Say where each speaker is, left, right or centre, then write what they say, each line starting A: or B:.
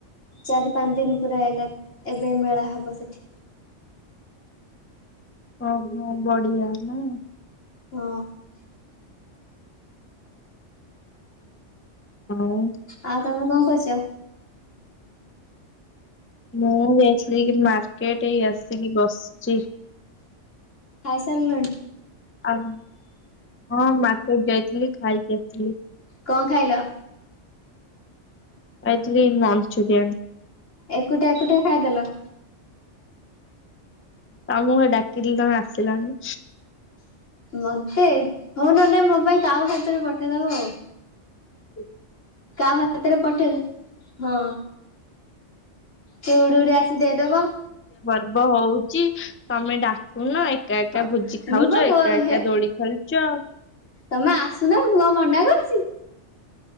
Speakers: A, on the left (about 85°); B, on the left (about 15°).
A: ଚାରି ପାଞ୍ଚ ଦିନ ପୁରା ହେଲା ଏବେ ମେଳା ହବ ସେଠି
B: ଓହୋ ବଢିଆ ନା।
A: ହଁ।
B: ହଁ।
A: ଆଉ ତମେ କଣ କରୁଛ।
B: ମୁଁ ଯାଇଥିଲି କି ମାର୍କେଟ ଏଇ ଆସିକି ବସିଛି।
A: ଖାଇସାରିଲଣି?
B: ଆଉ ହଁ ମାର୍କେଟ ଯାଇଥିଲି ଖାଇକି ଆସିଥିଲି
A: କଣ ଖାଇଲ?
B: ଖାଇଥିଲି ମଞ୍ଚୁରିଆଁନ
A: ଏକୁଟିଆ ଏକୁଟିଆ ଖାଇଦେଲ
B: ତମକୁ ପା ଡାକିଲି ତମେ ଆସିଲନି।
A: ମତେ ହଉ ନଲେ ମୋ ପାଇଁ କାଉ ହାତରେ ପଠେଇଦବ ଆଉ
B: ହ।
A: କାଉ ହାତରେ ପଠେଇଦେ ହଁ। ତ ଉଡି ଉଡି ଆସି ଦେଇଦବ
B: ର୍ବ ହଉଛି ତମେ ଡାକୁନ ଏକ ଏକା ଏକା
A: ହଁ
B: ଭୋଜି ଖାଉଛ।
A: ମୁଁ ବା କ
B: ଏକା ଏକା
A: ହେ
B: ଦୋଳି ଖେଳୁଛ।
A: ତମେ ଆସୁନା ମୁଁ କଣ ମନା କରିଛି।